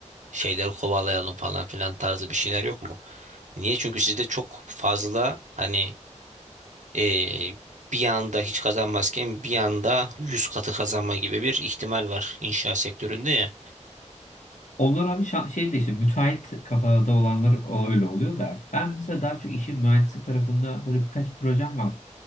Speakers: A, on the right (about 75°); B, on the left (about 75°).
A: şeyler kovalayalım falan filan tarzı bir şeyler yok mu? Niye? Çünkü sizde çok fazla hani Ee, bir anda hiç kazanmazken bir anda 100 katı kazanma gibi bir ihtimal var inşaat sektöründe ya.
B: Onlar abi şa- şey de işte müteahhit kafada olanlar o- öyle oluyor da ben mesela daha çok işin mühendislik tarafında böyle birkaç projem var